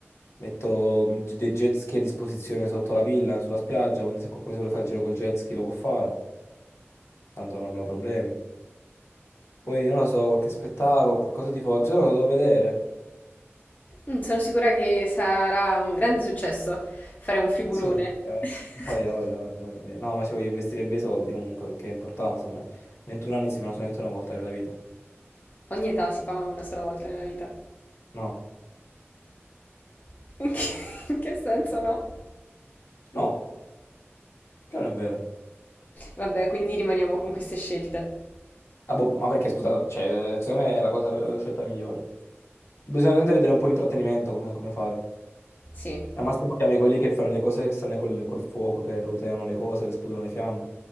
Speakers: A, on the left; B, on the left.
A: metto g- dei jet ski a disposizione sotto la villa, sulla spiaggia, quindi se qualcuno si vuole fare il giro col jet ski lo può fare, tanto non abbiamo problemi. Poi non lo so, qualche spettacolo, qualcosa di forte, non lo so, devo vedere.
B: Mm, sono sicura che sarà un grande successo fare un figurone.
A: Sì, eh,
B: <laughs>
A: voglia, voglia, voglia, voglia, voglia. No, ma ci voglio investire bei soldi comunque perché è importante, insomma. 21 anni si fanno solamente una volta nella vita.
B: Ogni età si fa una sola volta nella vita.
A: No,
B: <laughs> In che, in che senso no?
A: no, che non è vero.
B: Vabbè, quindi rimaniamo con queste scelte.
A: Ah, boh, ma perché, scusa, cioè, secondo me è la cosa, la scelta migliore. Bisogna veramente vedere un po' l'intrattenimento, come, come fare.
B: Sì.
A: Al massimo chiami quelli che fanno le cose strane col, col fuoco, che roteano le cose, che sputano le fiamme.